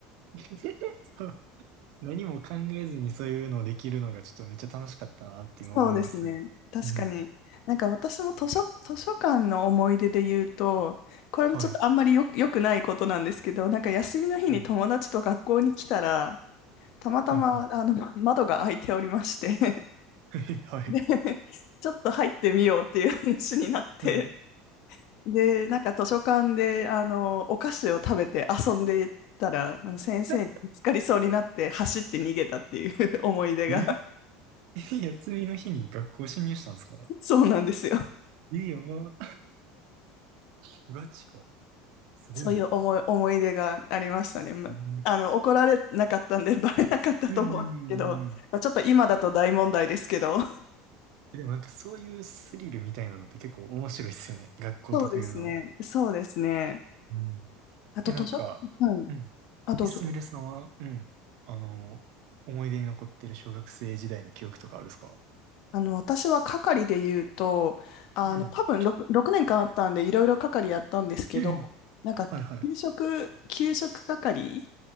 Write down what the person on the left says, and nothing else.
そうですね。確かに。
なんか私も図書、図書館の思い出で言うと、これもちょっとあんまりよ、
良くないことなんですけど、なんか休みの日に友達と学校に来たら、
たまたまあのま窓が開いておりまして
で、<laughs> ちょっと入ってみようっていう話になって、
で、なんか図書館で、あの、お菓子を食べて遊んでいたら、あの先生に見つかりそうになって走って逃げたっていう
<laughs> 思い出が、
そうなんですよ。
そういう思い、思い出がありましたね。まあの、
怒られなかったんで、<laughs> バレなかったと思うんですけど、
まあ、ちょっと今だと大問題ですけど。
そうですね。そうですね。
あと図書館、
はい。
あ、どうぞ。
あの、私は係で言うと、あの、
多分6、6年間あったんで、いろいろ係やったんですけど、
なんか、
給食、給食係